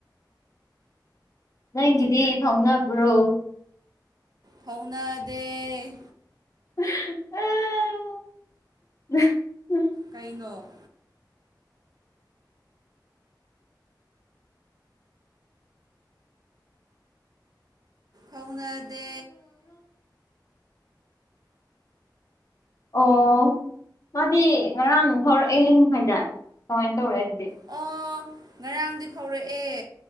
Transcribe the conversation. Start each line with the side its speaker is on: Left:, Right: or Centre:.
Left: ꯅꯪꯒꯤꯗꯤ ꯐꯥꯎꯅꯕ꯭ꯔꯣ
Right: ꯍꯧꯅꯥꯗꯦ
Left: ꯑ
Right: ꯀꯩꯅꯣ ꯍꯧꯅꯥꯗꯦ
Left: ꯑꯣ ꯃꯥꯗꯤ ꯉꯔꯥꯡ ꯐꯥꯎꯔꯛꯑꯦ ꯍ ꯀꯨꯝ ꯍꯥꯏꯥꯏꯗ ꯀꯃꯥꯏꯅ ꯑꯣꯦꯗꯗꯤꯦ
Right: ꯑꯣ ꯉꯔꯥꯡꯗꯤ ꯐꯧꯔꯛꯑꯦ